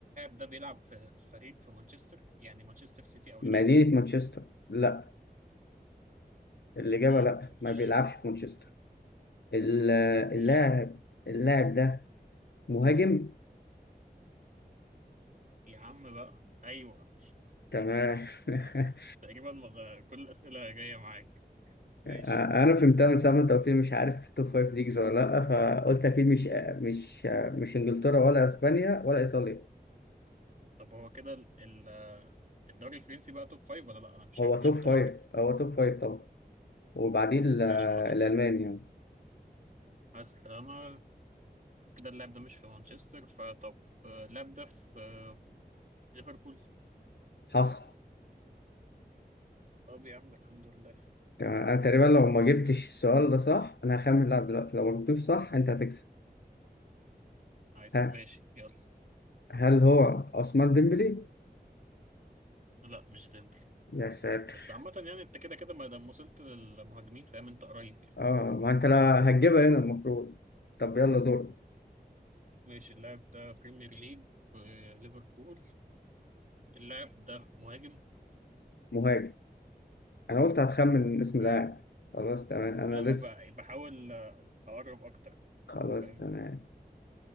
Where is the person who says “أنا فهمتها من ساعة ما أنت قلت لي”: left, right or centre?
Left